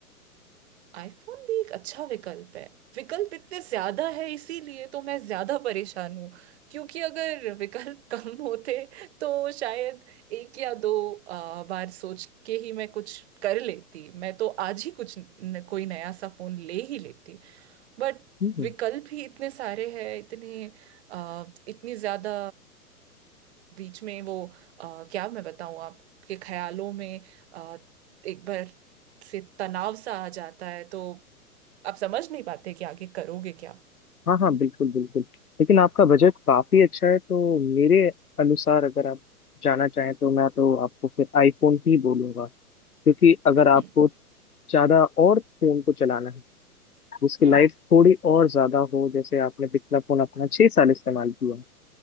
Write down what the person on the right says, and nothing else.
आईफोन भी एक अच्छा विकल्प है विकल्प इतने ज्यादा है इसीलिए तो मैं ज्यादा परेशान हूँ क्योंकि अगर विकल्प <laughs> कम होते तो शायद एक या दो आ, बार सोच के ही मैं कुछ कर लेती मैं तो आज ही कुछ न, कोई नया सा फोन ले ही लेती बट
विकल्प ही इतने सारे हैं इतने आ, इतनी ज्यादा बीच में वो आ, क्या मैं बताऊँ आपके ख्यालों में आ, एक बार से तनाव सा आ जाता है तो आप समझ नहीं पाते कि आगे करोगे क्या
हम्म
हम्म